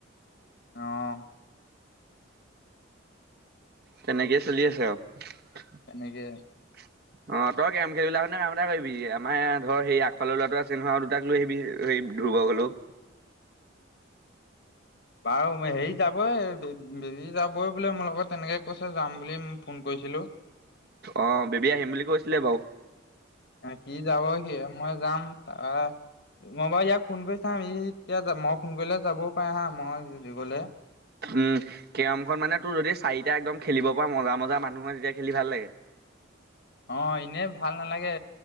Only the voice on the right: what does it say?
তেনেকেই চলি আছে আৰু।
অ, তই কেৰম খেলিবলৈ আহোঁতে কাম এটা কৰিবি আমাৰ ধৰ সেই আগফালৰ ল'ৰাটো আছেই নহয় আৰু দুটাক লৈ আহিবি সেই ধুৰ্ব ঘৰলৈও
অ, বেবী আহিম বুলি কৈছিলে বাৰু
উম, কেৰমখন মানে তোৰ যদি চাৰিটা একদম খেলিব পৰা মজা-মজা মানুহ হয় তেতিয়া খেলি ভাল লাগে।